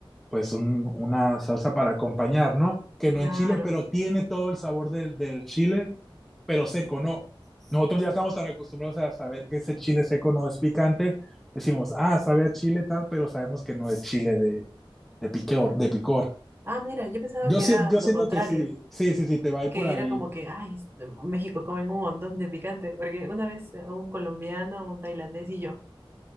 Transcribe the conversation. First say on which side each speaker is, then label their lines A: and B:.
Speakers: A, in the centre; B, on the right (about 25°).
A: pues un- una salsa para acompañar, ¿no? Que
B: Claro.
A: no en Chile, pero tiene todo el sabor del, del chile, pero seco, ¿no? Nosotros ya estamos tan acostumbrados a saber que ese chile seco no es picante. Decimos, ah, sabe a chile tal, pero sabemos que no es chile de, de picor, de picor.
B: Ah, mira, yo pensaba
A: Yo,
B: que
A: si-
B: era
A: yo
B: lo
A: siento
B: contrario.
A: que sí, sí, sí, sí, te va a ir
B: Que
A: por ahí.
B: era como que, ay, es- en México comen un montón de picante. Porque una vez a un colombiano, un tailandés y yo.